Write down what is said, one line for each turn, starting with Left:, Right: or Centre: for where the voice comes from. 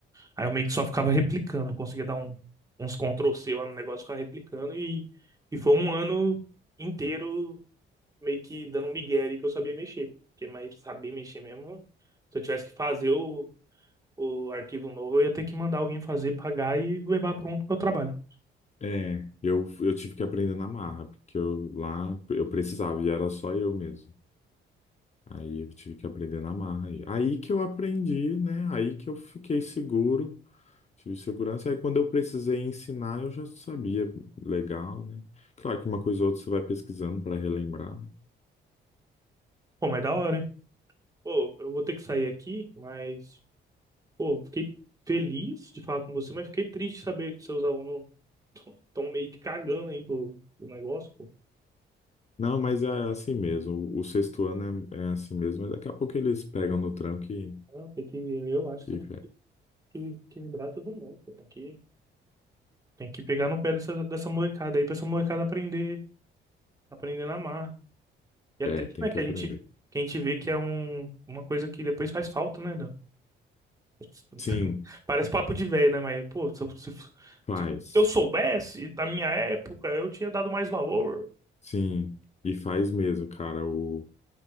Right: Aí eu meio que só ficava replicando, eu conseguia dar um- uns Ctrl C lá no negócio, ficava replicando e, e foi um ano inteiro meio que dando um migué ali que eu sabia mexer. Porque mais saber mexer mesmo, se eu tivesse que fazer o, o arquivo novo, eu ia ter que mandar alguém fazer, pagar e levar pronto para o trabalho.
Left: É, eu, eu tive que aprender na marra, porque eu lá eu precisava e era só eu mesmo. Aí eu tive que aprender na marra. Aí, aí que eu aprendi, né? Aí que eu fiquei seguro, tive segurança. Aí quando eu precisei ensinar, eu já sabia legal, né? Claro que uma coisa ou outra você vai pesquisando para relembrar, né?
Right: Pô, mas da hora, hein? Pô, eu vou ter que sair aqui, mas, pô, fiquei feliz de falar com você, mas fiquei triste de saber que seus alunos estão meio que cagando aí pro, pro negócio, pô.
Left: Não, mas é assim mesmo. O, o sexto ano é, é assim mesmo. mas Daqui a pouco eles pegam no tranco e,
Right: Ah, eu acho que
Left: e
Right: que equilibrar todo mundo. pô. Tem que, tem que pegar no pé dessa, dessa molecada aí pra essa molecada aprender, aprender na marra. E é
Left: é,
Right: triste,
Left: é, tem
Right: né,
Left: que
Right: que
Left: aprender.
Right: a gente, que a gente vê que é um, uma coisa que depois faz falta, né? Dan? <laughs>
Left: Sim,
Right: Parece papo de velho, né? Mas, pô, se, eu- se,
Left: faz.
Right: se eu soubesse, na minha época, eu tinha dado mais valor.
Left: Sim, e faz mesmo, cara. O,